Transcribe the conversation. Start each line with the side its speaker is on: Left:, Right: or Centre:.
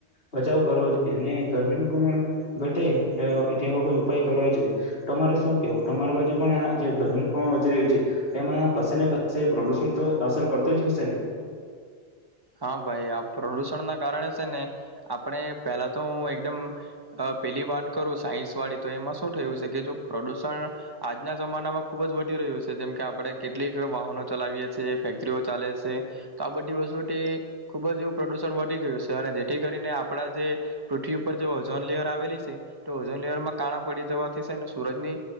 Left: બચાવ કરવો જોઈએ અને ગરમીનું પ્રમાણ ઘટે તે તેવા કોઈ ઉપાય કરવા જોઈએ. તમારે શું કેવું તમારી બાજુ પણ આ જે ગરમીનું પ્રમાણ વધી રહ્યું છે એમાં કશે ને કશે પ્રદુષણ તો અસર કરતું જ હશે ને?
Right: હા ભાઈ આ પ્રદુષણ ના કારણે છે ને આપણે પહેલા તો હું એકદમ પેલી વાત કરું અહ સાયન્સ વાળી તો એમાં શું થયું છે કે જો પ્રદુષણ આજના જમાનામાં ખુબ જ વધી રહ્યું છે જેમ કે આપડે કેટલીક વાહનો ચલાવીએ છ છેએ ફેક્ટરીઓ ચાલે છે તો આ બધી વસ્તુ તે ખુબજ એવું પ્રદુષણ વધી ગયું છે અને જેથી કરીને આપડા જે પૃથ્વી ઉપર જે ઓઝોન લેયર આવેલી છે તો ઓઝોન લેયર માં કાણા પડી જવાથી છે ને સુરજ ની